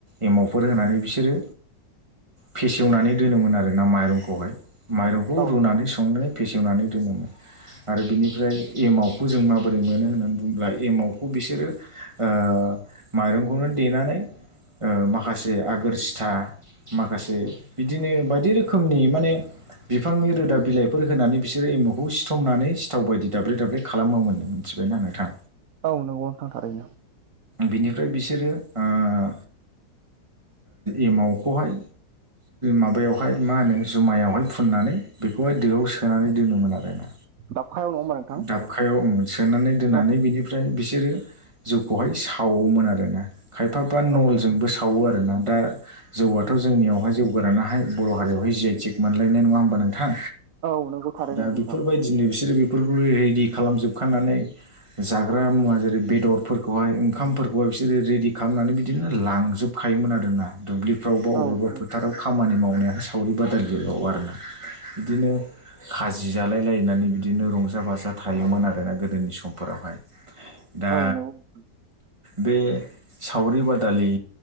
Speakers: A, on the right; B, on the right.
A: एमावफोर होनानै बिसोरो फेसेवनानै दोनोमोन आरो ना माइरंखौहाय माइरंखौ
B: औ
A: रुनानै
B: नंगौ
A: संनानै फेसेवनानै दोनोमोन आरो बिनिफ्राय एमावखौ जों माबोरै मोनो होननानै बुङोब्ला एमावखौ बिसोरो ओ माइरंखौनो देनानै ओ माखासे आगोर सिथा माखासे बिदिनो बायदि रोखोमनि माने बिफांनि रोदा बिलाइफोर होनानै बिसोरो एमावखौ सिथमनानै सिथाव बायदि दाब्ले दाब्ले खालामोमोननो मोनथि- -बायना नोंथां
B: औ नोंगौ नोथां थारैनो
A: बिनिफ्राय बिसोरो ओ एमावखौहाय माबायावहाय मा होनो जुमायावहाय फुननानै बेखौहाय दोआव सोनानै दोनोमोन आरोना
B: दाबखायाव नङा होमबा नोंथां
A: दाबखायाव सोनानै दोननानै
B: औ
A: बिनिफ्राय बिसोरो जौखौहाय सावोमोन आरोना खायफाफा नलजोंबो
B: औ
A: सावो आरोना दा जौआथ' जोंनियावहाय जौ गोरानाहाय बर' हारियावहाय जिआइ थेक मोनलायनाय नङा होमबा नोंथां
B: औ नंगौ थारैनो
A: दा
B: नोंथां
A: बेफोरबायदिनो बिसोरो बे बेफोरखौ रेडि खालामजोबखानानै जाग्रा मुवा जेरै बेदरफोरखौहाय ओंखाम फोरखौहाय‌ बिसोरो रेडि खालामनानै बिदिनो लांजोबखायोमोन आरोना दुब्लिफ्राव बा
B: औ
A: बबेबा
B: औ नोंथां
A: फोथाराव खामानि मावनाय सावरि बादालियाव आरोना बिदिनो खाजि जालाय लायनानै बिदिनो रंजा बाजा थायोमोन आरोना गोदोनि समफोरावहाय दा
B: औ नंगौ नोंथां
A: बे सावरि बादालि